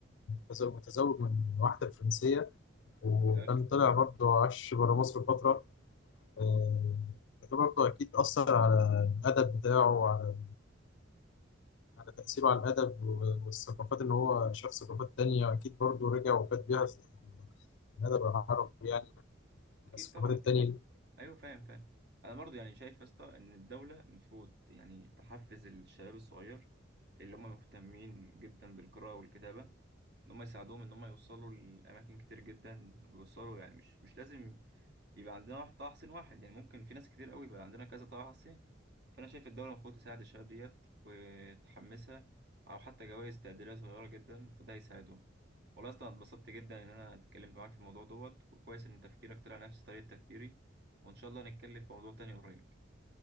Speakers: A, on the left; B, on the right.
A: متزوج متزوج من واحدة فرنسية وكان
B: تقريبا
A: طلع
B: اه
A: برضه عاش بره مصر فترة آه، ده برضه أكيد أثر على الأدب بتاعه وعلى على تأثيره على الأدب والثقافات إن هو شاف ثقافات تانية أكيد برضه رجع وفات بيها في الأدب العربي يعني
B: اكيد
A: الثقافات
B: طبعا
A: التانية
B: اكيد طبعا
A: دي.
B: ايوه فاهم فاهم انا برضو يعني شايف يا اسطى ان الدوله المفروض يعني تحفز الشباب الصغير اللي هم مهتمين جدا بالقراءه والكتابه ان هم يساعدوهم ان هم يوصلوا لاماكن كتير جدا ويوصلوا يعني مش مش لازم يبقى عندنا واحد طه حسين واحد يعني ممكن في ناس كتير قوي يبقى عندنا كذا طه حسين فانا شايف الدوله المفروض تساعد الشباب ديت وتحمسها او حتى جوائز تقديريه صغيره جدا فده يساعدهم والله اصلا اتبسطت جدا ان انا اتكلمت معاك في الموضوع دوت وكويس ان تفكيرك طلع نفس طريقه تفكيري وان شاء الله نتكلم في موضوع تاني قريب